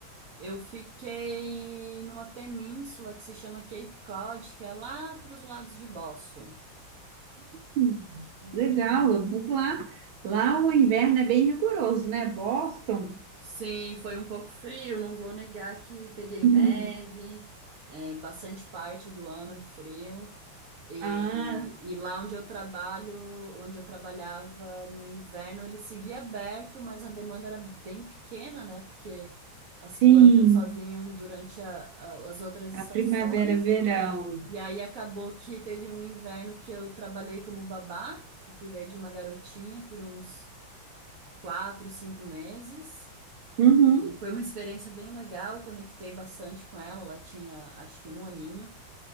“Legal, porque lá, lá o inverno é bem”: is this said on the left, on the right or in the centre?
Right